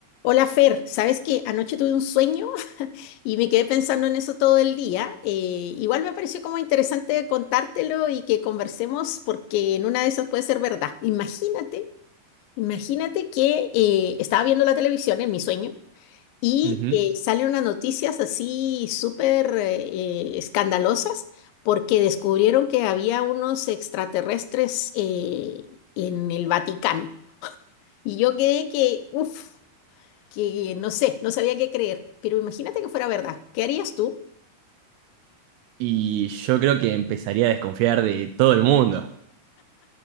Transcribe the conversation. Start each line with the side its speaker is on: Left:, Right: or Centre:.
Left: Hola Fer, sabes que anoche tuve un sueño <laughs> y me quedé pensando en eso todo el día. Eh, igual me pareció como interesante contártelo y que conversemos porque en una de esas puede ser verdad. Imagínate, imagínate que eh, estaba viendo la televisión en mi sueño y
Right: Ujú.
Left: eh, salen unas noticias así súper eh, escandalosas porque descubrieron que había unos extraterrestres eh, en el Vaticano. Y yo quedé que, uff que no sé, no sabía qué creer, pero imagínate que fuera verdad. ¿Qué harías tú?
Right: Y yo creo que empezaría a desconfiar de todo el mundo.